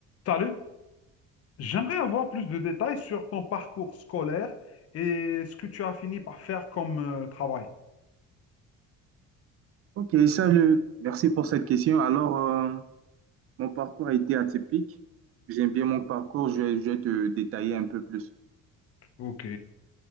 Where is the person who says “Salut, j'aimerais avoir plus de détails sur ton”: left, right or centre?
Left